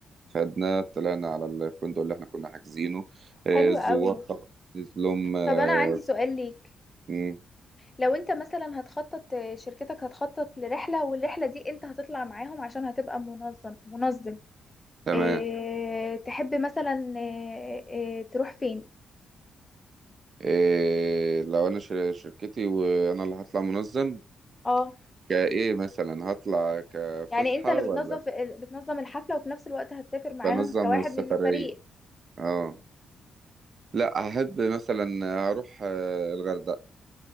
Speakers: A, on the right (about 45°); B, on the left (about 15°).
A: خدنا طلعنا على الفندق اللي احنا كنا حاجزينه آه،
B: حلو
A: الزوار
B: قوي
A: طبعا نزلهم آه،
B: طب انا عندي سؤال ليك
A: مم،
B: لو انت مثلا هتخطط شركتك هتخطط لرحلة والرحلة دي انت هتطلع معاهم عشان هتبقى منظم منظم
A: تمام
B: اه تحب مثلا اه اه تروح فين
A: إيه لو أنا شر- شركتي وأنا اللي هطلع منظم
B: اه
A: كإيه مثلا هطلع كفسحة
B: يعني انت اللي
A: ولا
B: بتنظم بتنظم الحفلة وفي نفس الوقت هتسافر معاهم
A: بنظم
B: كواحد
A: السفرية
B: من الفريق
A: اه لا أحب مثلا أروح آه، الغردقة